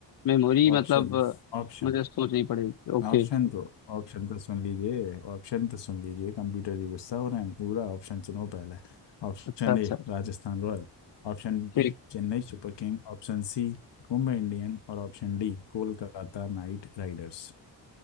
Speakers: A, on the left (about 55°); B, on the left (about 70°).
A: मेमोरी मतलब
B: ऑप्शन
A: अ,
B: ऑप्शन
A: मुझे सोचनी पड़ेगी ओके
B: ऑप्शन तो ऑप्शन तो सुन लीजिए ऑप्शन तो सुन लीजिए कंप्यूटर ही गुस्सा हो रहे हैं पूरा ऑप्शन सुनो पहले Option
A: अच्छा अच्छा
B: A Rajasthan Royal option B
A: ठीक
B: Chennai Super King option C Mumbai Indian और option D Kolkata Knight Riders